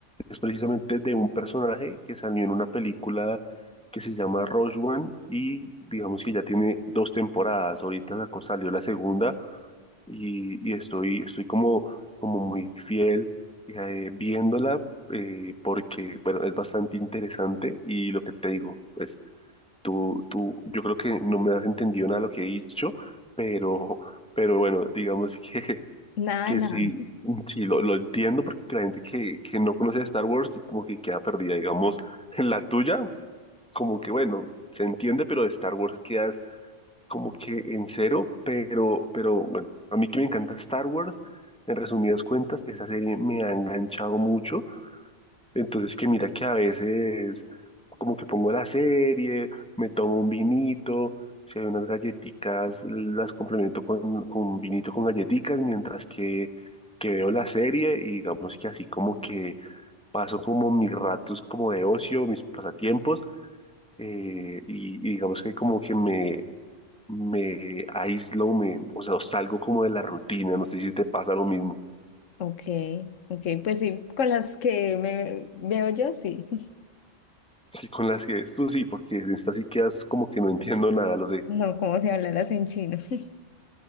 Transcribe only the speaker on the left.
Nada,
de nada.
Ok, ok. Pues sí, con las que me veo yo, sí. <laughs>
No, como si hablaras en chino. <laughs>